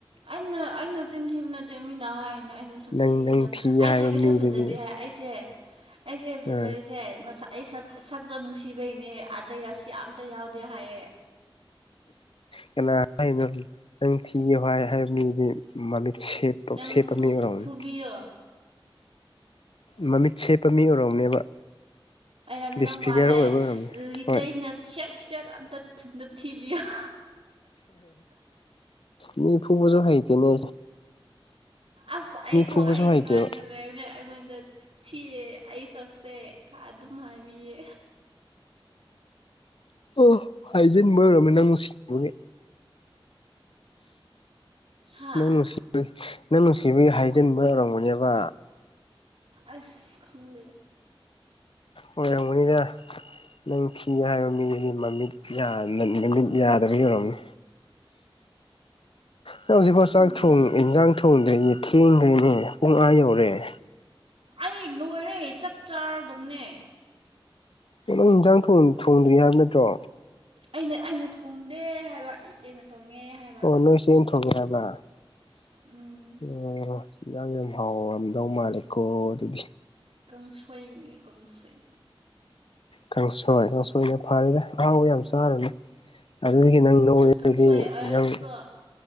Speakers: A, on the right; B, on the left.
A: ꯑꯩꯅ ꯑꯩꯅ ꯆꯤꯟꯊꯤꯕ ꯅꯠꯇꯦ ꯃꯤꯅ ꯍꯥꯏꯔꯤꯅ ꯑꯩꯗꯣ ꯁꯛꯊꯤꯌ‌ꯦꯅ
B: ꯅꯪ ꯅꯪ ꯊꯤ
A: ꯑꯩꯁꯦ
B: ꯍꯥꯏꯕ
A: ꯀꯩꯁꯨ
B: ꯃꯤꯗꯨꯗꯤ
A: ꯐꯖꯗꯦ ꯍꯥꯏ ꯑꯩꯁꯦ ꯑꯩꯁꯦ ꯐꯖꯔꯤꯁꯦ
B: ꯑꯥ
A: ꯑꯩ ꯁꯛ ꯁꯛꯇꯣ ꯅꯨꯡꯁꯤꯕꯩꯅꯦ ꯑꯇꯩ ꯔꯥꯁꯤ ꯀ‌ꯦꯝꯇ ꯌꯥꯎꯗꯦ ꯍꯥꯏꯌꯦ
B: ꯀꯅꯥ ꯍꯥꯏꯅꯣ ꯅꯪ ꯊꯤꯌ‌ꯦ ꯍꯥꯏ ꯃꯤꯗꯤ ꯃꯃꯤꯠ ꯁꯦꯞ
A: ꯅꯪ
B: ꯁꯦꯠꯄ
A: ꯐꯨ
B: ꯃꯤ ꯑꯣꯏꯔꯝꯅꯤ
A: ꯐꯨꯕꯤꯌꯣ
B: ꯃꯃꯤꯠ ꯁꯦꯞꯄ ꯃꯤ ꯑꯣꯏꯔꯝꯅꯦꯕ
A: ꯑꯣꯏꯔꯝꯗꯧ
B: ꯗꯤꯁꯐꯤꯒꯔ
A: ꯃꯥꯜꯂꯦ
B: ꯑꯣꯏꯕ ꯑꯣꯏꯔꯝꯅꯤ
A: ꯂꯤꯆꯩꯅ
B: ꯍꯣꯏ
A: ꯁꯦꯠ ꯁꯦꯠ ꯑꯝꯇ ꯊꯨꯟꯗ ꯊꯤꯕꯤꯌ‌ꯣ
B: ꯃꯤ ꯐꯨꯕꯖꯨ ꯍꯥꯏꯇ‌ꯦꯅꯦ
A: ꯑꯁ ꯑꯩ ꯊꯋꯥꯏ
B: ꯐꯨꯕꯁꯨ ꯍꯩꯇꯦꯕ
A: ꯅꯨꯡꯉꯥꯏꯅ ꯂꯩꯕꯅ‌ꯦ ꯑꯩꯉꯣꯟꯗ ꯊꯤꯌ‌ꯦ ꯑꯩ ꯁꯛꯁꯦ ꯑꯗꯨꯝ ꯍꯥꯏꯕꯤꯌꯦ
B: ꯑꯣ ꯍꯥꯏꯖꯤꯟꯕ ꯑꯣꯏꯔꯝꯅꯤ ꯅꯪ ꯅꯨꯡꯁꯤꯕꯒꯤ
A: ꯍꯥ
B: ꯅꯪ ꯅꯨꯡꯁꯤꯕ ꯅꯪ ꯅꯨꯡꯁꯤꯕꯒꯤ ꯍꯥꯏꯖꯤꯟꯕ ꯑꯣꯏꯔꯝꯒꯅꯦꯕ
A: ꯑꯁ ꯈꯪꯗꯦ
B: ꯑꯣꯏꯔꯝꯒꯅꯤꯗ ꯅꯪ ꯊꯤ ꯍꯥꯏꯕ ꯃꯤꯗꯨꯒꯤ ꯃꯃꯤꯠ ꯃꯃꯤꯠ ꯌꯥꯗꯕꯒꯤ ꯑꯣꯏꯔꯝꯅꯤ ꯍꯧꯖꯤꯛꯐꯥꯎ ꯆꯥꯛ
A: ꯈꯪꯗꯦꯗ
B: ꯊꯣꯡ ꯌꯦꯟꯖꯥꯡ ꯊꯦꯡꯗ꯭ꯔꯤꯅꯦ ꯄꯨꯡ ꯑꯥ ꯌꯧꯔꯑꯦ
A: ꯑꯩ ꯂꯣꯏꯔꯦ ꯆꯞ ꯆꯥꯔꯗꯕꯅꯦ
B: ꯀ ꯅꯪ ꯏꯟꯁꯥꯡ ꯊꯣꯡꯗ꯭ꯔꯤ ꯍꯥꯏꯕ ꯅꯠꯇ꯭ꯔꯣ
A: ꯑꯩꯅ ꯑꯩꯅ ꯊꯣꯡꯗꯦ ꯍꯥꯏꯕ ꯏꯆꯦꯅ ꯊꯣꯡꯉꯦ ꯍꯥꯏꯕ
B: ꯑꯣ ꯅꯣꯏ ꯆ‌ꯦꯅ ꯊꯣꯛꯉ‌ꯦ ꯍꯥꯏꯕ
A: ꯎꯝ
B: ꯑꯣ ꯏꯟꯖꯥꯡ ꯌꯥꯝ ꯍꯥꯎꯔꯝꯗꯧ ꯃꯥꯜꯂꯦꯀꯣ ꯑꯗꯨꯗꯤ
A: ꯀꯪꯁꯣꯏꯅꯤ ꯀꯪꯁꯣꯏ
B: ꯀꯥꯡꯁꯣꯏ ꯀꯥꯡꯁꯣꯏ ꯅ ꯐꯔꯦꯗ ꯑꯍꯥꯎꯕ ꯌꯥꯝ ꯆꯥꯔꯨꯅꯨ ꯑꯗꯨꯗꯒꯤ ꯅꯪ ꯅꯣꯏꯔꯗꯤ
A: ꯀꯥꯡꯁꯣꯏ ꯑꯣꯏꯔꯁꯨꯀꯣ
B: ꯅꯪ